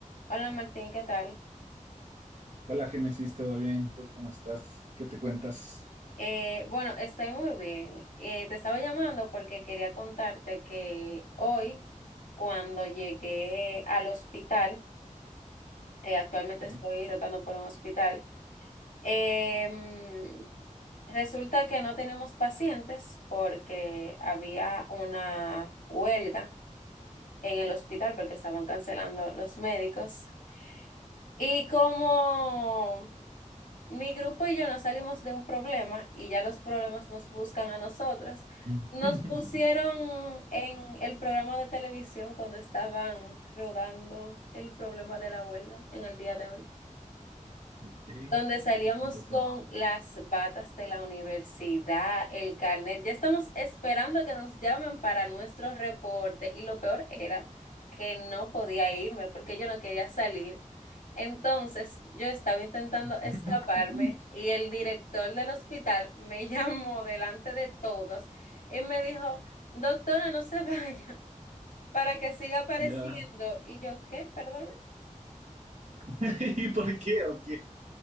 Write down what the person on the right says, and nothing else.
Hola Génesis, ¿todo bien? ¿Tú cómo estás? ¿Qué te cuentas?
Ok,
<laughs>
ok.
¿Y qué pasó?
<laughs>
Ya.
<laughs> ¿Y por qué? ¿Ok?